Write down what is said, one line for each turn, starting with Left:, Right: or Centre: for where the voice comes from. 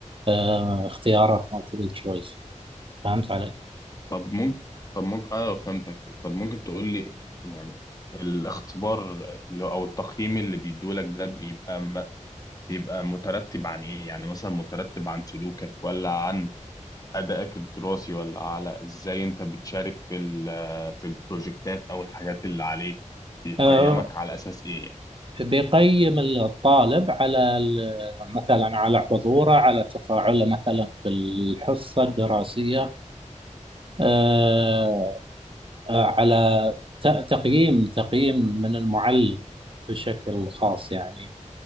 Right: آه، اختيارات multiple choice فهمت علي؟
Left: طب ممكن طب ممكن اه فهمتك طب ممكن تقول لي يعني الاختبار اللي... او التقييم اللي بيدولك ده بيبقى بيبقى مترتب عن ايه يعني مثلا مترتب عن سلوكك ولا عن ادائك الدراسي ولا على ازاي انت بتشارك في ال- في البروجكتات او الحاجات اللي عليك بيقيمك
Right: آه،
Left: على اساس ايه يعني
Right: بيقيم الطالب على ال- مثلا على حضوره على تفاعله مثلا في الحصة الدراسية آه، آه، على ت- تقييم تقييم من المعلم بشكل خاص يعني